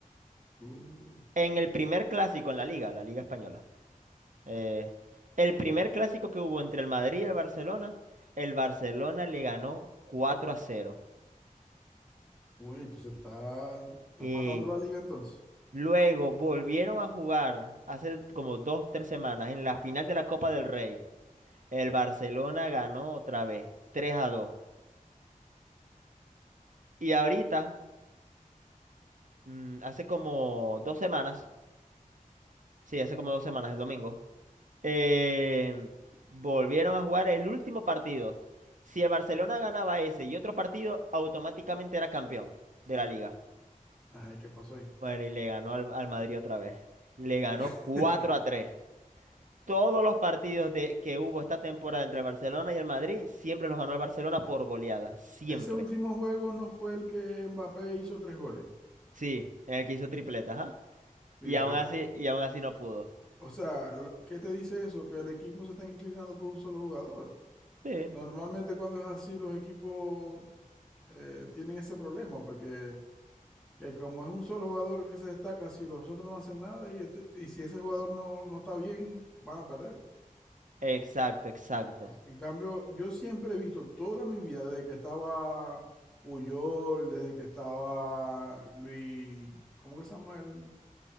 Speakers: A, in the centre; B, on the right (about 65°).
A: Uh,
B: En el primer clásico en la liga, la liga española. Eh, el primer clásico que hubo entre el Madrid y el Barcelona, el Barcelona le ganó 4 a cero.
A: uy, entonces está, está
B: Y
A: matando la liga entonces.
B: luego volvieron a jugar hace como dos, tres semanas en la final de la Copa del Rey. El Barcelona ganó otra vez, 3 a 2. Y ahorita, mm, hace como dos semanas, sí, hace como dos semanas, el domingo. eh, volvieron a jugar el último partido. Si el Barcelona ganaba ese y otro partido, automáticamente era campeón de la liga.
A: Ay, ¿qué pasó ahí?
B: Bueno, y le ganó al, al Madrid otra vez. Le ganó
A: <laughs>
B: 4 a 3. Todos los partidos de, que hubo esta temporada entre el Barcelona y el Madrid, siempre los ganó el Barcelona por goleada. Siempre.
A: Ese último juego no fue el que Mbappé hizo tres goles,
B: Sí, en el que hizo tripletas, ajá.
A: tripleta.
B: Y aún así, y aún así no pudo.
A: O sea, lo- ¿qué te dice eso? Que el equipo se está inclinando por un solo jugador.
B: Sí,
A: Normalmente cuando es así, los equipos eh, tienen ese problema, porque que como es un solo jugador que se destaca, si los otros no hacen nada y, este- y si ese jugador no, no está bien, van a perder.
B: exacto, exacto.
A: En cambio, yo siempre he visto toda mi vida, desde que estaba Puyol, desde que estaba Luis, ¿cómo que se llama el,